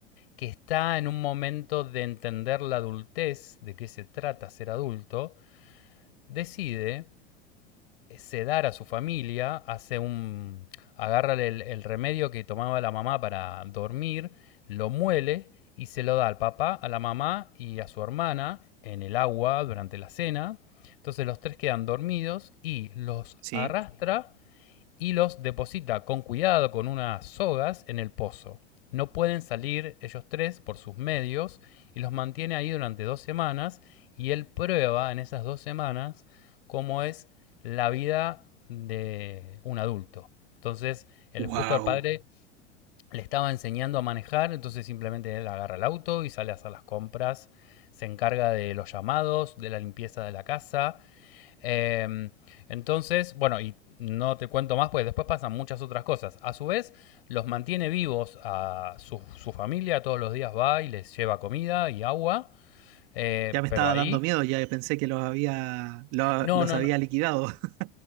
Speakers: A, on the left (about 60°); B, on the right (about 45°).
A: que está en un momento de entender la adultez, de qué se trata ser adulto, decide eh, sedar a su familia, hace un agarra el, el remedio que tomaba la mamá para dormir, lo muele y se lo da al papá, a la mamá y a su hermana en el agua durante la cena. Entonces los tres quedan dormidos y los
B: Sí.
A: arrastra y los deposita con cuidado con unas sogas en el pozo. No pueden salir ellos tres por sus medios y los mantiene ahí durante dos semanas y él prueba en esas dos semanas cómo es la vida de un adulto. Entonces, el
B: wow.
A: justo al padre le estaba enseñando a manejar, entonces simplemente él agarra el auto y sale a hacer las compras, se encarga de los llamados, de la limpieza de la casa eh, entonces, bueno, y no te cuento más, pues después pasan muchas otras cosas. A su vez, los mantiene vivos a su, su familia, todos los días va y les lleva comida y agua, eh,
B: Ya me
A: pero
B: estaba
A: ahí...
B: dando miedo, ya pensé que los había, lo-
A: No,
B: los
A: no,
B: había
A: no,
B: liquidado. <laughs>